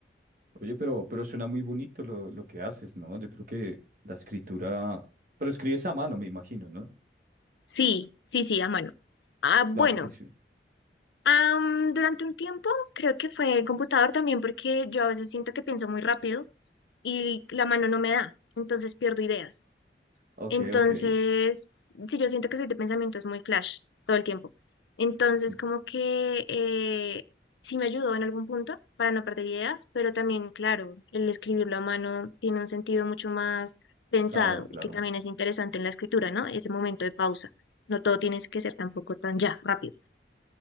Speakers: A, on the right; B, on the left.
A: Oye, pero, pero suena muy bonito lo, lo que haces, ¿no? Yo creo que la escritura... Pero escribes a mano, me imagino, ¿no?
B: Sí, sí, sí, a mano. Ah, bueno.
A: Claro, porque sí.
B: Am, durante un tiempo creo que fue el computador también porque yo a veces siento que pienso muy rápido y la mano no me da, entonces pierdo ideas.
A: Ok,
B: Entonces,
A: ok.
B: sí, yo siento que soy de pensamientos muy flash todo el tiempo. Entonces,
A: Mm,
B: como que eh, sí me ayudó en algún punto para no perder ideas, pero también, claro, el escribirlo a mano tiene un sentido mucho más pensado
A: Claro, claro.
B: y que también es interesante en la escritura, ¿no? Ese momento de pausa. No todo tiene que ser tampoco tan ya, rápido.